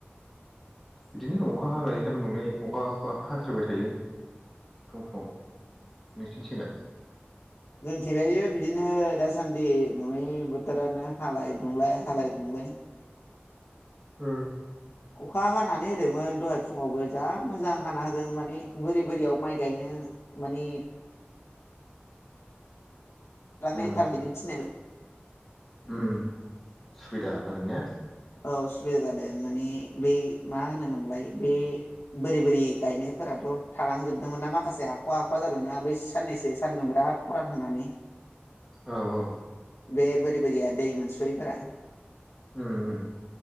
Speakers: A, in the centre; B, on the left.
A: बिदिनो अखा हा लायोखान नंलाय अखा अखा हास्रबाय थायो फुं समाव नोंसिनिथिंलाय
B: जों थेबायायो बिदिनो दासान्दि माबानि बोथोरानो हालाय दुंलाय हालाय दुंलाय
A: उ
B: अखा हानानै होदोंमोन दहाय फुङावबो जा मोजां हाना होदों माने बोरि बोरियाव माइ गायनो। मानि थालांनाय
A: उ
B: थालांनो थिननाय
A: उ सुबिदा जादों ने
B: औ सुबिदा जादों माने बे मा होनोमोनलाय बे बोरै बोरै गायनायफोराथ' थालांजोबदोंमोन ना माखासे हाख'आ हाख'आ जादोंना बै साननैसो सानदुं बिराद खारान होननानै
A: औ औ
B: बे बोरै बोरैया दै मोनस'यैफोरा
A: ओम ओम